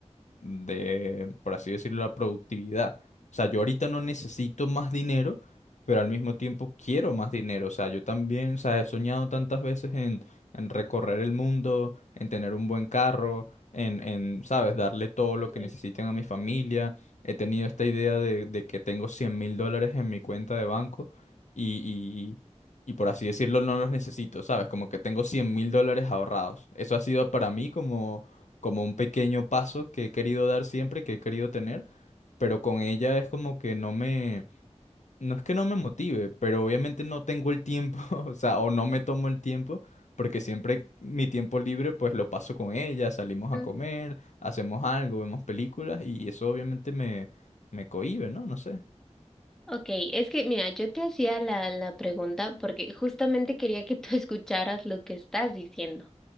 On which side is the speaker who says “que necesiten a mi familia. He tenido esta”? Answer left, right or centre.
Left